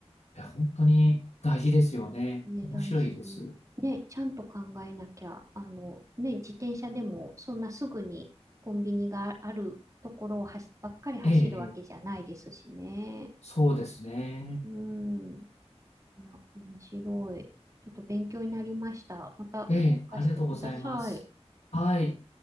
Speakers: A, on the left; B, on the right.
A: や、本当に大事ですよね。
B: ね、
A: 面白いです。
B: 大事に。ね、ちゃんと考えなきゃ、あの、ね、自転車でもそんなすぐにコンビニがあるところをはしばっかり走るわけじゃないですしね。
A: ええ、ええそうですね。
B: うん。いや、面白い。ちょっと勉強になりました。また聞かせてください。
A: ええ、ありがとうございます。はい。